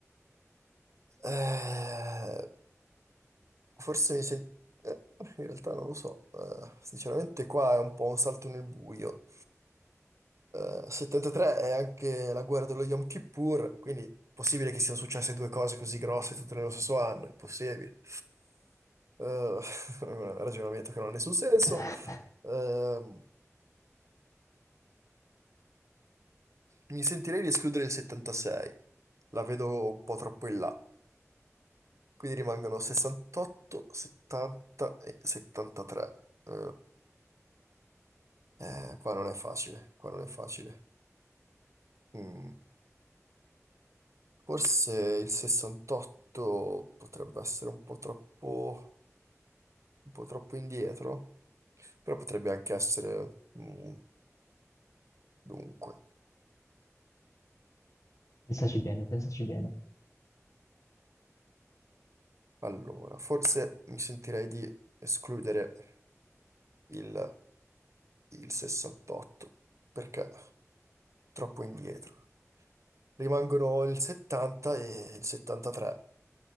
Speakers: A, on the right; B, on the left.
A: Eh, forse mi sento... in realtà non lo so. Eh, sinceramente qua è un po' un salto nel buio. Eh, 73 è anche la guerra dello Yom Kippur, quindi è possibile che siano successe due cose così grosse tutte nello stesso anno, è possibile. Eh, <laughs> è un ragionamento che non ha nessun senso.
B: <laughs>
A: Ehm, Mi sentirei di escludere il 76. La vedo un po' troppo in là. Quindi rimangono 68, 70 e 73. Eh, eh, qua non è facile, qua non è facile. Mm, Forse il 68 potrebbe essere un po' troppo, un po' troppo indietro, però potrebbe anche essere... mm, dunque,
B: Pensaci bene, pensaci bene.
A: allora, forse mi sentirei di escludere il il 68, perché troppo indietro. Rimangono il 70 e il 73.